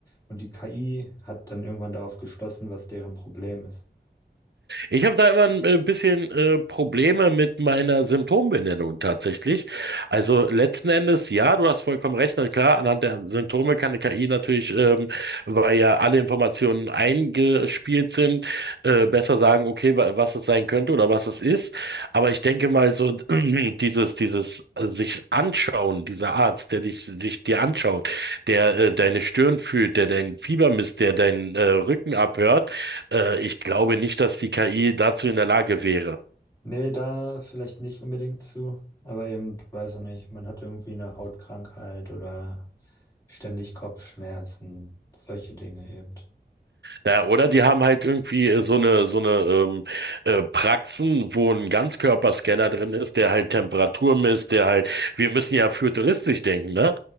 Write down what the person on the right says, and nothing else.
Ich habe da immer ein äh, bisschen äh, Probleme mit meiner Symptombenennung tatsächlich. Also letzten Endes, ja, du hast vollkommen recht. Na klar, anhand der Symptome kann eine KI natürlich, ähm, weil ja alle Informationen eingespielt sind, äh, besser sagen, okay, wa- was es sein könnte oder was es ist. Aber ich denke mal so, <clears throat> dieses, dieses äh, sich anschauen, dieser Arzt, der dich, sich dir anschaut, der äh, deine Stirn fühlt, der dein Fieber misst, der deinen äh, Rücken abhört, äh, ich glaube nicht, dass die KI dazu in der Lage wäre.
Naja, oder die haben halt irgendwie äh, so eine, so eine ähm, äh, Praxen, wo ein Ganzkörperscanner drin ist, der halt Temperatur misst, der halt, wir müssen ja futuristisch denken, ne?